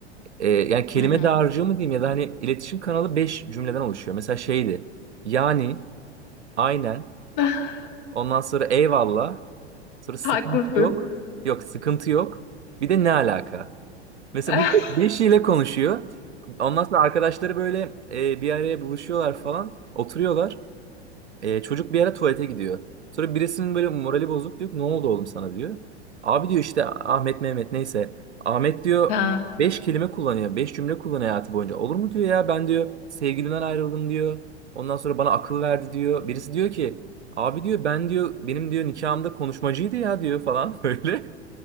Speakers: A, on the right; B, on the left.
A: E, yani kelime
B: hı hı.
A: dağarcığı mı diyeyim ya da hani iletişim kanalı 5 cümleden oluşuyor. Mesela şeydi. Yani, aynen,
B: <laughs>
A: Ondan sonra eyvallah. Sonra sıkıntı
B: Haklısın.
A: yok. Yok sıkıntı yok. Bir de ne alaka? Mesela
B: <laughs>
A: bu be- beşiyle konuşuyor. Ondan sonra arkadaşları böyle e, bir araya buluşuyorlar falan. Oturuyorlar. E, çocuk bir ara tuvalete gidiyor. Sonra birisinin böyle morali bozuk diyor ki ne oldu oğlum sana diyor. Abi diyor işte Ahmet Mehmet neyse. Ahmet diyor
B: Ha.
A: beş kelime kullanıyor. Beş cümle kullanıyor hayatı boyunca. Olur mu diyor ya ben diyor sevgilimden ayrıldım diyor. Ondan sonra bana akıl verdi diyor. Birisi diyor ki abi diyor ben diyor benim diyor nikahımda konuşmacıydı ya diyor falan <laughs> böyle.